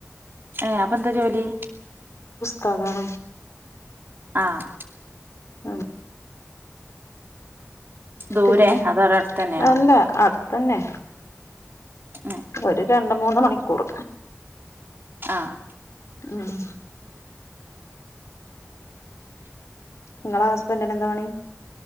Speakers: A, on the right; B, on the left.
A: ഏ അപ്പൊ എന്താ ജോലി
B: കതാണ്
A: ആഹ
B: അ
A: ദൂരെ
B: പിന്നെ
A: അതോ അവടെ അടുത്തന്നെയാണോ
B: അല്ല അടുത്തന്നെ
A: ആഹ
B: ഒരു രണ്ട് മൂന്ന് മണിക്കൂർ
A: ആഹ്
B: ഉം നിങ്ങളെ ഹസ്ബന്റിന് എന്താ പണി